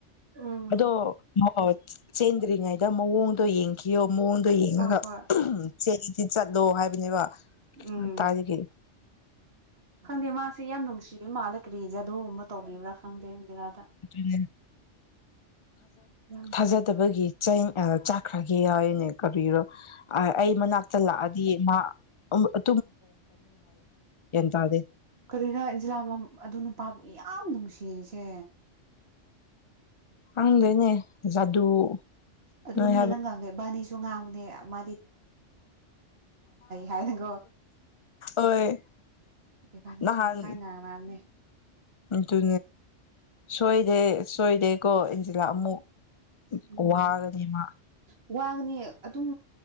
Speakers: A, on the right; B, on the left.
A: ꯎꯝ
B: ꯑꯣ ꯆꯦꯟꯗ꯭ꯔꯤꯉꯩ ꯃꯑꯣꯡꯗꯣ ꯌꯦꯡꯈꯤꯕꯌꯣ ꯃꯑꯣꯡꯗ ꯑꯗꯨꯒꯒ
A: ꯍꯣꯏ ꯍꯣꯏ
B: ꯁꯦꯗꯤ ꯆꯠꯂꯣ ꯍꯥꯏꯕꯅꯦꯕ
A: ꯎꯝ
B: ꯇꯥꯔꯗꯒꯤ
A: ꯈꯪꯗꯦ ꯃꯥꯁꯦ ꯌꯥꯝ ꯅꯨꯡꯁꯤꯌꯦ ꯃꯥꯅ ꯐꯔꯤꯖꯥꯗꯨꯒꯨꯝꯕ ꯇꯧꯕꯤꯕ꯭ꯔꯥ ꯈꯪꯗꯦ ꯑꯟꯖꯤꯂꯥꯗ
B: ꯑꯗꯨꯖ
A: ꯌꯥꯝ
B: ꯊꯥꯖꯗꯕꯒꯤ ꯆꯩ ꯑ ꯆꯥꯛꯈ꯭ꯔꯥꯒꯤ ꯍꯥꯏꯅꯦ ꯀꯔꯣ ꯑ ꯑꯩ ꯃꯅꯥꯛꯇ ꯂꯥꯛꯑꯗꯤ ꯃꯥ ꯑ ꯇꯥꯗꯦ
A: ꯀꯔꯤꯅꯣ ꯏꯟꯖꯤꯂꯥ ꯑꯗꯨ ꯅꯨꯄꯥ ꯌꯥꯝ ꯅꯨꯡꯁꯤ ꯁꯤꯔꯤꯁꯦ
B: ꯍꯪꯗꯣꯏꯅꯦ ꯖꯥꯗꯨ
A: ꯑꯗꯨ
B: ꯅꯣꯏ
A: ꯅꯦꯜꯍꯪꯒꯥꯡꯈꯩ ꯕꯥꯅꯤꯁꯨ ꯉꯥꯡꯕ ꯃꯥ ꯍꯥꯏꯅꯀꯣ
B: ꯑꯣꯏ
A: ꯏꯕꯥꯅꯤꯁꯨ
B: ꯅꯍꯥꯟ
A: ꯉꯁꯥꯏ ꯉꯥꯡꯅꯕꯅꯦ
B: ꯇꯦ ꯁꯣꯏꯗꯦ ꯁꯣꯏꯗꯦꯀꯣ ꯏꯟꯖꯤꯂꯥ ꯑꯃꯨꯛ
A: ꯎꯝ
B: ꯋꯥꯒꯗꯤꯃ
A: ꯋꯥꯒꯅꯤ ꯑꯗꯨꯝ